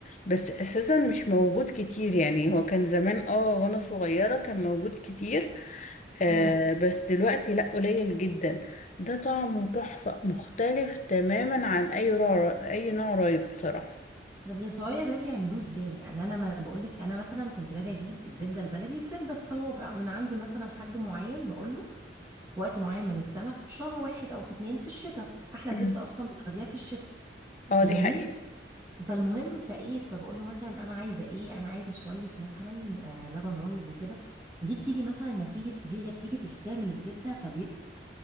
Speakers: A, on the left (about 40°); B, on the right (about 15°).
A: بس أساسا مش موجود كتير يعني هو كان زمان اه وأنا صغيرة كان موجود كتير آه
B: امم
A: بس دلوقتي لأ قليل جدا ده طعمه تحفة مختلف تماما عن أي نوع أي نوع رايب بصراحة
B: طب يا صويا ده بيعملوه ازاي يعني انا ما بقول لك انا مثلا كنت باجي اجيب الزبده البلدي الزبده الصوابع من عند مثلا حد معين بقول له في وقت معين من السنه في شهر واحد او في اتنين في الشتاء احلى
A: مم.
B: زبده اصلا بتاخديها في الشتاء
A: اه
B: جميل
A: دي حقيقة
B: فالمهم فايه فبقول له مثلا انا عايزه ايه انا عايزه شويه مثلا آه لبن رايب وكده دي بتيجي مثلا نتيجه هي بتيجي تشتري من الزبده فبيبقى